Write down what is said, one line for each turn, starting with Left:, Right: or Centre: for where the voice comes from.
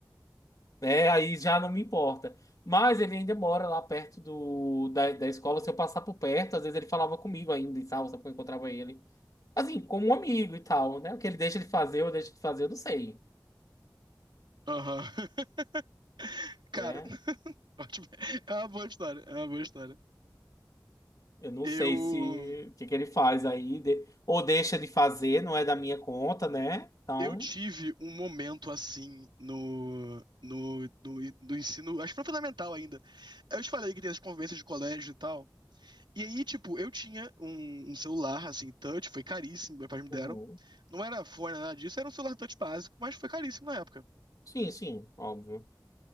Left: Né? Aí já não me importa. Mas ele ainda mora lá perto do, da, da escola. Se eu passar por perto, às vezes ele falava comigo ainda e tal, sabe? quando Eu encontrava ele. Assim, como um amigo e tal, né? O que ele deixa de fazer, eu deixo de fazer, eu não sei,
Right: Aham. <laughs> Cara,
Left: né?
Right: <laughs> ótimo. É uma boa história. É uma boa história.
Left: Eu não
Right: Eu.
Left: sei se o que que ele faz aí, de- ou deixa de fazer, não é da minha conta, né? Então.
Right: Eu tive um momento assim no, no, no, no ensino, acho que foi fundamental ainda. Eu te falei que tem as convivências de colégio e tal. E aí, tipo, eu tinha um, um celular, assim, touch, foi caríssimo, meus pais me deram.
Left: uhum.
Right: Não era fone, nada disso, era um celular touch básico, mas foi caríssimo na época.
Left: Sim, sim, óbvio.